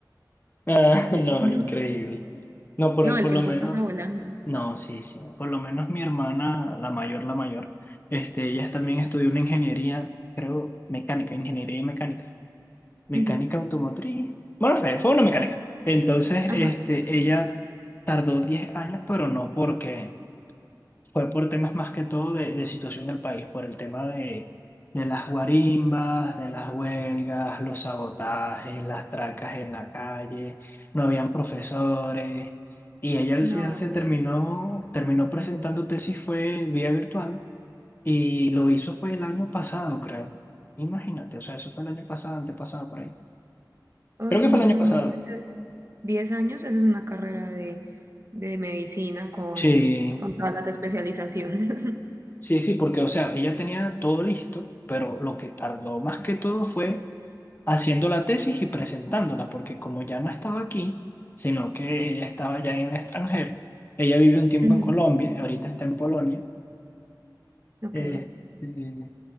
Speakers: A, on the left; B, on the right.
A: Ah,
B: <laughs>
A: No,
B: No,
A: increíble. No, por,
B: no, el
A: por
B: tiempo
A: lo menos,
B: pasa volando.
A: no, sí, sí. Por lo menos mi hermana, la mayor, la mayor, este, ella también estudió una ingeniería, creo, mecánica, ingeniería y mecánica. mecánica
B: Ujú.
A: automotriz. Bueno, fue, fue una mecánica. Entonces,
B: Ajá.
A: este, ella tardó 10 años, pero no porque fue por temas más que todo de, de situación del país, por el tema de, de las guarimbas, de las huelgas, los sabotajes, las tracas en la calle, no habían profesores. Y ella al
B: No.
A: final se terminó, terminó presentando tesis, fue vía virtual, y lo hizo fue el año pasado, creo. Imagínate, o sea, eso fue el año pasado, antepasado por ahí.
B: Ay,
A: Creo que
B: no,
A: fue el año pasado.
B: imagínate, 10 años, eso es una carrera de, de medicina con,
A: Sí,
B: con todas las especializaciones. <laughs>
A: Sí, sí, porque, o sea, ella tenía todo listo, pero lo que tardó más que todo fue haciendo la tesis y presentándola, porque como ya no estaba aquí, sino que ella estaba ya en el extranjero, ella vivió un tiempo
B: Ujú,
A: en Colombia, y ahorita está en Polonia,
B: Ok.
A: eh, eh,